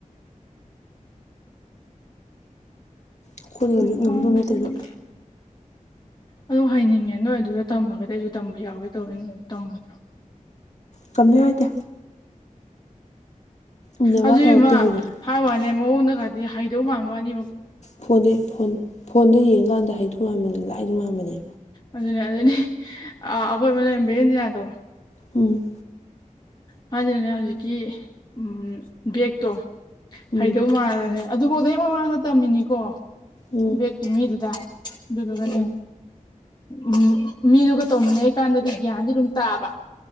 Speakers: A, on the left; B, on the left.
A: ꯑꯩꯈꯣꯏꯅ
B: ꯎꯝ
A: ꯂꯤꯛ
B: ꯈ꯭ꯋꯥꯡ
A: ꯉꯝꯗꯧ ꯅꯠꯇꯦ
B: ꯒꯨꯂꯤ
A: ꯑꯗꯣ
B: ꯑꯗꯨ ꯍꯥꯏꯅꯤꯡꯉꯦ ꯅꯣꯏ ꯑꯗꯨꯗ ꯇꯝꯃꯒꯗꯤ ꯑꯩꯁꯨ ꯇꯝꯕ ꯌꯥꯎꯒꯦ ꯇꯧꯅꯦ ꯅꯣꯏ ꯑꯗ ꯇꯝꯃꫭꯏꯗ꯭ꯔꯣ
A: ꯇꯝꯅꯤ ꯍꯥꯏꯇꯦ ꯏꯅꯕ
B: ꯑꯗꯨ
A: ꯈꯛꯇꯤ
B: ꯏꯕꯦꯝꯃ
A: ꯍꯩꯕꯅꯦ
B: ꯍꯥꯏ ꯋꯥꯅꯦ ꯃꯑꯣꯡꯗꯒꯗꯤ ꯍꯩꯗꯧ ꯃꯥꯟꯕ ꯋꯥꯅꯤ
A: ꯐꯣꯟꯗꯩ ꯐꯣꯟ ꯐꯣꯟꯗ ꯌꯦꯡꯀꯥꯟꯗ ꯍꯩꯗꯧ ꯃꯥꯟꯕꯅꯦ ꯂꯥꯏꯗꯧ ꯃꯥꯟꯕꯅꯦ
B: ꯑꯗꯨꯅꯦ ꯑꯗꯨꯗꯩꯗꯤ ꯑ ꯑꯈꫭꯏ ꯂꯩꯔꯝ ꯕꯦꯔꯦꯟꯗꯤꯅꯥꯗꯣ
A: ꯎꯝ
B: ꯃꯥꯁꯤꯅꯥꯅꯦ ꯍꯧꯖꯤꯛꯀꯤ ꯎꯝ ꯕꯦꯛꯇꯣ
A: ꯎꯝ
B: ꯍꯩꯗꯧ ꯃꯥꯜꯂꯦꯅ ꯑꯗꯨꯕꯣꯖꯩ ꯃꯃꯥꯡꯗ ꯇꯝꯃꯤꯅꯤꯀꯣ
A: ꯎꯝ
B: ꯕꯦꯒꯀꯤ ꯃꯤꯗꯨꯗ ꯑꯗꯨꯗꯨꯒꯅꯦ
A: ꯎꯝ
B: ꯎꯝ ꯃꯤꯗꯨꯒ ꯇꯧꯃꯤꯟꯅꯩꯀꯥꯟꯗꯗꯤ ꯒ꯭ꯌꯥꯟꯗꯤ ꯑꯗꯨꯝ ꯇꯥꯕ